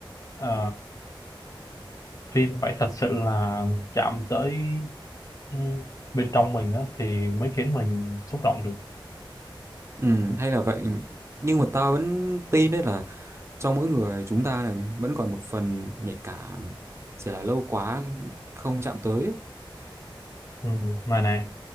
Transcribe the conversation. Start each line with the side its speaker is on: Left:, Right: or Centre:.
Left: ờ, phim phải thật sự là chạm tới ừ, bên trong mình á thì mới khiến mình xúc động được
Right: ừ, hay là vậy nhưng mà tao vẫn tin đấy là trong mỗi người chúng ta này vẫn còn một phần nhạy cảm chỉ là lâu quá không chạm tới
Left: ừ. mà nè